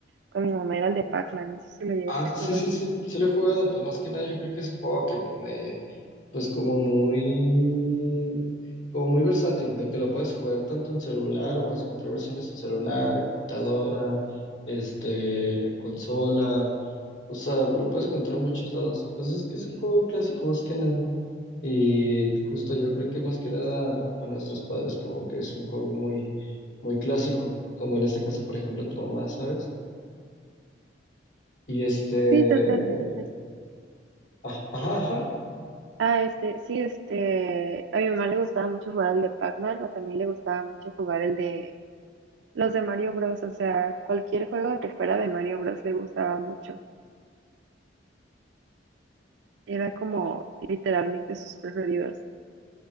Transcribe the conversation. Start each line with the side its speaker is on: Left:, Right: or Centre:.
Right: con mi mamá era el de Pac-Man, no sé si lo llegaste
Left: Ah, sí,
Right: a jugar.
Left: sí, sí, sí lo he jugado, pues más que nada yo creo que es un juego que me, pues como muy, como muy versátil, de que lo puedes jugar tanto en celular o puedes encontrar versiones en celular, en computadora, este, consola, o sea, pues lo puedes encontrar en muchos lados. Pues es que es un juego clásico más que nada. Y justo yo creo que más que nada a nuestros padres como que es un juego muy, muy clásico, como en este caso, por ejemplo, tu mamá, ¿sabes? Y este,
Right: Sí, totalmente.
Left: ah, ajá, ajá.
Right: Ah, este, sí, este, a mi mamá le gustaba mucho jugar el de Pac-Man o también le gustaba mucho jugar el de Los de Mario Bros, o sea, cualquier juego que fuera de Mario Bros le gustaba mucho. Era como literalmente sus preferidos.